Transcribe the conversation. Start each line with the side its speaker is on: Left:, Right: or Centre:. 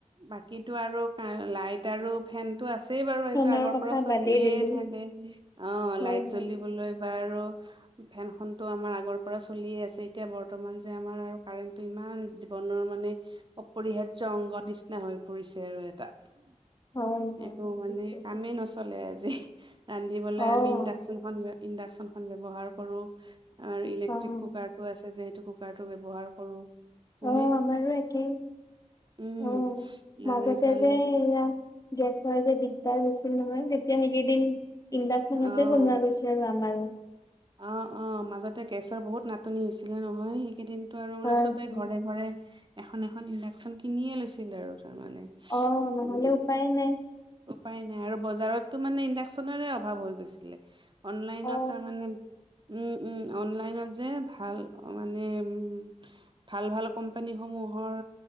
Right: বাকীটো আৰু কাৰে লাইট আৰু ফেনটো আছ ছেই বাৰু এইটো
Left: ফেনৰ
Right: আগৰ
Left: কথা
Right: পৰা চলিয়ে
Left: বাদেই দিলো
Right: থাকে অ'
Left: হয়
Right: লাইট
Left: হয়
Right: জ্বলিবলৈ বা আৰু ফেন খনতো আমাৰ আগৰ পৰা চলিয়ে আছে এতিয়া বৰ্তমান যে আমাৰ আৰু কাৰেণ্টটো ইমান জীৱনৰ মানে অপৰিহাৰ্য অংগ নিচিনা হৈ পৰিছে আৰু এটা।
Left: হয় হয়
Right: একো মানে
Left: ঠিক কৈছে।
Right: কামেই নচলে আজি ৰান্ধিবলৈ
Left: অ'
Right: আমি ইণ্ডাকচন <unintelligible> ইণ্ডাকচন খন ব্যৱহাৰ কৰো অ' ইলেক্ট্ৰিক
Left: অ'
Right: কুকাৰটো আছে যে সেইটো কু কাৰটো ব্যৱহাৰ কৰো। হয়নে?
Left: অ'আমাৰো একেই
Right: উম
Left: অ'
Right: আৰু
Left: মাজতে
Right: ইফালে
Left: যে এয়া গেছৰ যে দিগদাৰ হৈছিল নহয় তেতিয়া সেইকেইদিন ইণ্ডাকচনতে
Right: অ',
Left: বনোৱা গৈছ ছে আৰু আমাৰো।
Right: অ' অ' মাজতে গেছৰ বহুত নাটনি হৈছিলে নহয় সেইকেইদিন। ত' আৰু মানে
Left: হয়
Right: চবে
Left: হয়
Right: ঘৰে, ঘৰে এখন, এখন ইণ্ডাকচন কিনিয়ে লৈছিল আৰু তাৰমানে।
Left: অ' নহ'লে
Right: উম
Left: উপায়ে নাই।
Right: উপায় নাই আৰু বজাৰততো মানে ইণ্ডাকচনৰে অভাৱ হৈ গৈছিলে। অনলাইনত
Left: অ
Right: তাৰ মানে উম, উম অনলাইনত যে ভাল অ' মানে উম, উম ভাল, ভাল কোম্পানীসমূহৰ